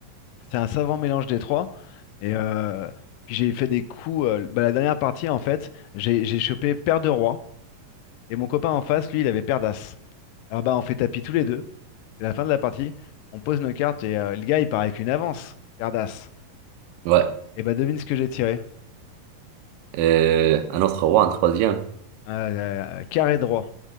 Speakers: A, on the left; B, on the right.
A: C'est un savant mélange des trois. Et euh, puis j'ai fait des coups. euh, bah, la dernière partie, en fait, j'ai j'ai chopé paire de roi. Et mon copain en face, lui, il avait paire d'as. Alors bah, on fait tapis tous les deux. C'est la fin de la partie. On pose nos cartes et euh, le gars, il part avec une avance. Paire d'as.
B: Ouais.
A: Et bah, devine ce que j'ai tiré.
B: Et un autre roi, un troisième.
A: Euh, euh, carré de roi.